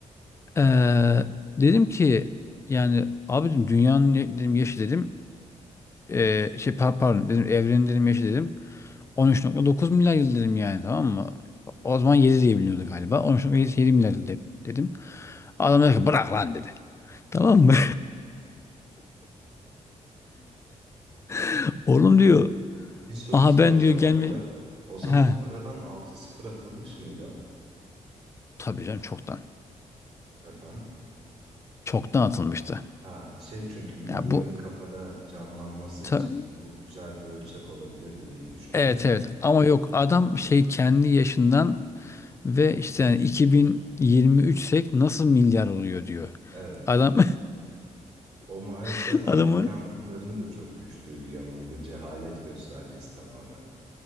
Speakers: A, on the left; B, on the right.
A: Ee, dedim ki yani abi dedim dünyanın ya- dedim yaşı dedim ee, şey pa- pardon dedim evrenin dedim yaşı dedim 13.9 milyar yıl dedim yani tamam mı? O zaman 7 diye biliniyordu galiba. 13.7 milyar yıl de- dedim. Adam dedi ki bırak lan dedi. Tamam mı? <laughs> Oğlum diyor.
B: Bir soru
A: Aha
B: soracağım
A: ben diyor gelme
B: abi. O zaman
A: He.
B: paradan altı sıfır atılmış mıydı?
A: Tabii canım çoktan.
B: Efendim?
A: Çoktan atılmıştı.
B: Ha şey çünkü milyarın
A: Ya bu
B: kafada canlanması
A: ta-
B: için o güzel bir ölçek olabilirdi diye düşündüm
A: evet
B: de.
A: evet ama yok adam şey kendi yaşından ve işte yani 2023'sek nasıl milyar oluyor diyor.
B: Evet.
A: Adam
B: O maalesef
A: <laughs>
B: Amerikanların
A: adamı
B: da çok düştüğü bir yanılgı, cehalet göstergesi tamamen.